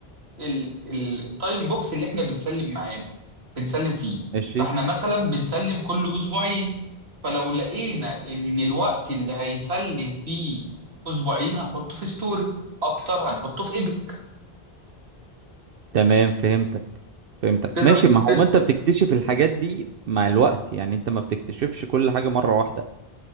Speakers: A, on the right; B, on the right.
A: ال- ال- التايم بوكس اللي احنا بنسلم معانا بنسلم فيه
B: ماشي
A: فاحنا مثلا بنسلم كل اسبوعين فلو لقينا ان الوقت اللي هيتسلم فيه اسبوعين هنحطه في ستوري اكتر هنحطه في ايبك
B: تمام فهمتك فهمتك
A: تقدر
B: ماشي ما هو
A: تد...
B: انت بتكتشف الحاجات دي مع الوقت يعني انت ما بتكتشفش كل حاجة مرة واحدة